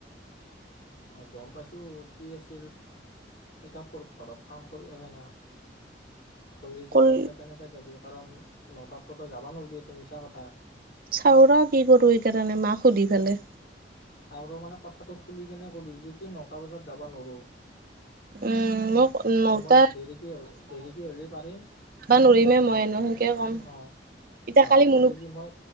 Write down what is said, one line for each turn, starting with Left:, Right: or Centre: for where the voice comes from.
Left: উম গম পাইছো কি আছিল। এ তাত তোৰ ঘৰত কাম কৰি আছে না। কৰিলি তই
Right: কল
Left: এতিয়া কেনেকে যাবি কাৰণ ন তাত তো তই যাবা নোৱাৰবি এইটো মিছা কথা।
Right: চাওঁ ৰ কি কৰোঁ এইকাৰণে মাক সুধি পেলাই।
Left: চাও ৰ মানে কথাটো খুলি কেনে কবি যি কি নটা বজাত যাব নোৱাৰো।
Right: উম মোক
Left: মানে
Right: নটা
Left: মই দেৰিকে হলে দেৰিকে হ'লে পাৰিম।
Right: বা নৰিমে মই <inaudible> নেকে কম
Left: অ
Right: এতিয়া
Left: অ
Right: কালি
Left: কবি
Right: মুন
Left: যি মই